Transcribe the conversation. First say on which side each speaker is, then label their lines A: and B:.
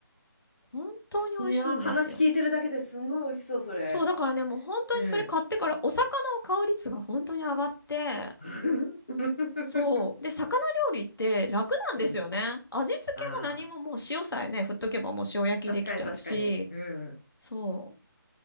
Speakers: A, on the left (about 75°); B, on the left (about 25°).
A: 本当に美味しいんですよ。
B: いやー、話聞いてるだけですんごい美味しそう、それ。
A: そう、だからね、もう本当にそれ買ってから、
B: うん。
A: お魚を買う率が本当に上がって、
B: <laughs>
A: そう。で、魚料理って楽なんですよね。
B: うん。
A: 味付けも何ももう塩さえね、
B: ああ、
A: 振っとけばもう塩焼きできちゃうし、
B: 確かに確かに。うん。
A: そう。